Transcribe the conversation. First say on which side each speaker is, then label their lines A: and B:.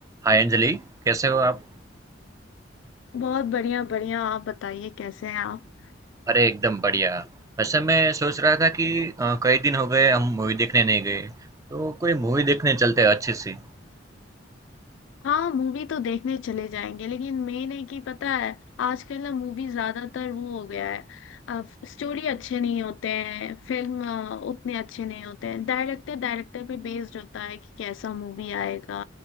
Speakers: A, on the right; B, on the left.
A: हाय अंजलि कैसे हो आप
B: बहुत बढ़िया बढ़िया आप बताइए कैसे हैं आप
A: अरे एकदम बढ़िया वैसे मैं सोच रहा था कि अ, कई दिन हो गए हम मूवी देखने नहीं गए तो कोई मूवी देखने चलते हैं अच्छी सी
B: हाँ मूवी तो देखने चले जाएंगे लेकिन मेन है कि पता है आजकल ना मूवी ज्यादातर वो हो गया है स्टोरी अच्छे नहीं होते हैं फिल्म अ, उतने अच्छे नहीं होते हैं डायरेक्टर डायरेक्टर पे बेस्ड होता है कि कैसा मूवी आएगा